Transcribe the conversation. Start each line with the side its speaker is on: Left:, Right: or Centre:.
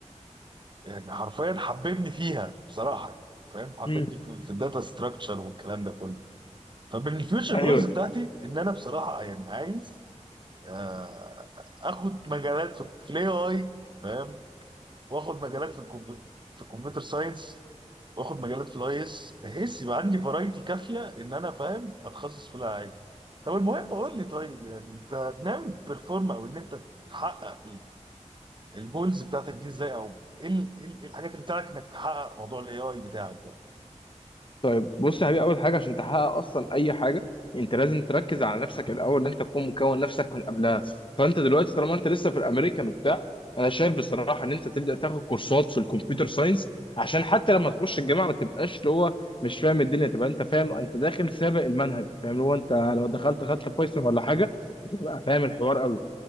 Right: يعني حرفيا حببني فيها بصراحه فاهم حببني
Left: مم.
Right: في, في الداتا ستراكشر والكلام ده كله فمن الفيوتشر
Left: ايوه
Right: جولز بتاعتي ان انا بصراحه يعني عايز آه، اخد مجالات في في الاي اي فاهم واخد مجالات في الكمبيوتر في الكمبيوتر ساينس واخد مجالات في الاي اس بحيث يبقى عندي فرايتي كافيه ان انا فاهم اتخصص في العادي طب المهم قول لي طيب يعني انت ناوي تبرفورم او ان انت تحقق الجولز بتاعتك دي ازاي او ايه ال- إيه ال- إيه الحاجات اللي بتاعتك انك تحقق موضوع الاي اي بتاعك ده
Left: طيب بص يا حبيبي اول حاجه عشان تحقق اصلا اي حاجه انت
Right: <laughs>
Left: لازم تركز على نفسك الاول ان انت تكون مكون نفسك من قبلها فانت دلوقتي طالما انت لسه في الامريكان وبتاع انا شايف بصراحه ان انت تبدا تاخد كورسات في الكمبيوتر ساينس عشان حتى لما تخش الجامعه ما تبقاش اللي هو مش فاهم الدنيا تبقى انت فاهم انت داخل سابق المنهج فاهم اللي هو انت لو دخلت خدت بايثون ولا حاجه هتبقى فاهم الحوار قوي